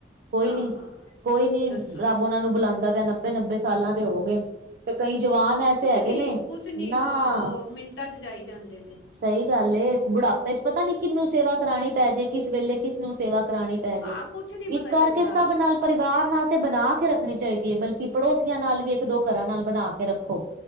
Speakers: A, on the right (about 50°); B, on the left (about 85°).
A: ਕੋਈ
B: ਹਾਂ
A: ਨਹੀਂ, ਕੋਈ ਨਹੀਂ,
B: ਦੱਸੋ
A: ਰੱਬ ਉਹਨਾਂ ਨੂੰ ਬੁਲਾਦਾ ਪਿਆ ਨੱਬੇ-ਨੱਬੇ ਸਾਲਾਂ ਦੇ ਹੋ ਗਏ ਨੇ, ਤੇ ਕਈ ਜਵਾਨ ਵੀ ਐਸੇ
B: ਨਹੀਂ,
A: ਨੇ
B: ਕੁਝ ਨਹੀਂ।
A: ਨਾ
B: ਹਾਂ, ਉਹ ਮਿੰਟਾਂ 'ਚ ਜਾਈ ਜਾਂਦੇ ਨੇ
A: ਸਹੀ ਗੱਲ ਏ, ਬੁਢਾਪੇ 'ਚ ਪਤਾ ਨਹੀਂ ਕਿਹਨੂੰ ਸੇਵਾ ਕਰਾਨੀ ਪੈ ਜਾਏ ਤੇ ਕਿਸ ਵੇਲੇ ਕਿਸ ਨੂ ਸੇਵਾ ਕਰਾਨੀ ਪੈ ਜੇ,
B: ਹਾਂ ਕੁਛ ਨੀ ਪਤਾ
A: ਇਸ
B: ਚੱਲਦਾ
A: ਕਰਕੇ ਸਭ ਨਾਲ। ਪਰਿਵਾਰ ਨਾਲ ਤਾਂ ਬਣਾ ਕੇ ਰੱਖਣੀ ਹੀ ਚਾਹੀਦੀ ਹੈ, ਬਲਕਿ ਪੜੋਸੀਆਂ ਨਾਲ ਵੀ ਇੱਕ-ਦੋ ਘਰਾਂ ਨਾਲ ਬਣਾ ਕੇ ਰੱਖੋ।